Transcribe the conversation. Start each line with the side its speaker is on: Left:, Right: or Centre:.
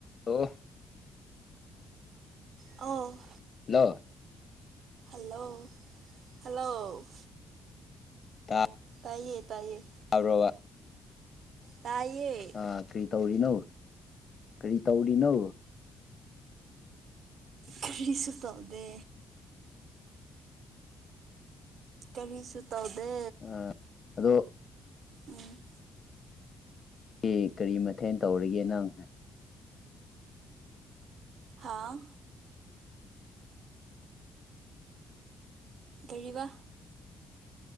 Left: ꯑꯣ
Right: ꯑꯣ
Left: ꯍ
Right: ꯍꯂꯣ ꯍꯜꯂꯣ
Left: ꯇꯥ
Right: ꯇꯥꯏꯌꯦ ꯇꯥꯏꯌꯦ
Left: ꯐꯔꯣꯕ
Right: ꯇꯥꯏꯌꯦ
Left: ꯑꯥ ꯀꯔꯤ ꯇꯧꯔꯤꯅꯣ ꯀꯔꯤ ꯇꯧꯔꯤꯅꯣ
Right: ꯈꯔꯤꯁꯨꯇꯥꯥꯎꯗ ꯀꯔꯤꯁꯨ ꯇꯗ
Left: ꯑ ꯑꯗꯣ
Right: ꯎꯝ
Left: ꯑꯦ ꯀꯔꯤ ꯃꯊꯦꯜ ꯇꯧꯔꯒꯦ ꯅꯪ
Right: ꯍꯥꯥꯎ ꯇꯔꯤꯕ